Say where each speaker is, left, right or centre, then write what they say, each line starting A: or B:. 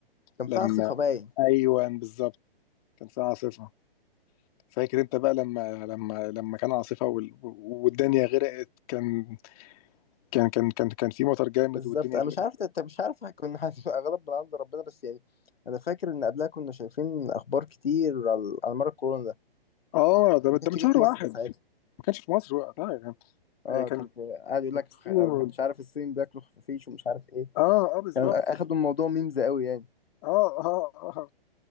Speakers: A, on the left (about 80°); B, on the left (about 40°).
A: كان
B: لما
A: في عاصفة
B: <laughs>
A: باين
B: ايوه بالظبط كان في عاصفة فاكر انت بقى لما لما لما كان عاصفة وال... والدنيا غرقت كان كان كان كان كان في مطر جامد
A: بالظبط
B: والدنيا
A: أنا
B: غرقت
A: مش عارف أنت مش عارف كنا <laughs> هتبقى غلط من عند ربنا بس يعني أنا فاكر إن قبلها كنا شايفين أخبار كتير على على مر الكورونا ده
B: اه
A: ما
B: ده ده
A: كانش
B: من شهر
A: جه في
B: واحد
A: مصر ساعتها
B: ما كانش في مصر وقتها كان
A: اه
B: آه، كان
A: كان في- قاعد يقول
B: كان
A: لك
B: في الصين
A: خ- <laughs>
B: و-
A: مش عارف الصين بياكلوا خفافيش ومش عارف ايه
B: اه اه بالظبط
A: كان اخدوا
B: اه
A: الموضوع ميمز قوي يعني
B: اه اه آه.